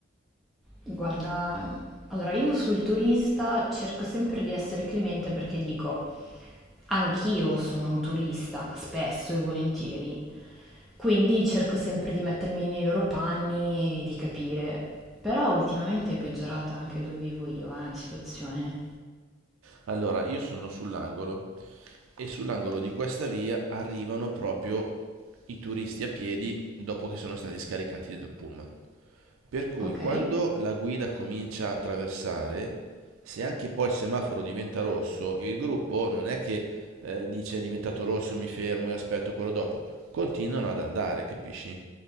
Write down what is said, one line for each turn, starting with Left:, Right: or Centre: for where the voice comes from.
Centre: Guarda, allora io sul turista cerco sempre di essere clemente perché dico, anch'io sono un turista spesso e volentieri, quindi cerco sempre di mettermi nei loro panni e di capire. Però ultimamente è peggiorata anche dove vivo io, eh, la situazione.
Right: Allora, io sono sull'angolo e sull'angolo di questa via arrivano proprio i turisti a piedi dopo che sono stati scaricati dal pullman. Per cui
Centre: Ok?
Right: quando la guida comincia a attraversare, se anche poi il semaforo diventa rosso, il gruppo non è che eh, dice è diventato rosso, mi fermo e aspetto quello dopo, continuano ad andare, capisci?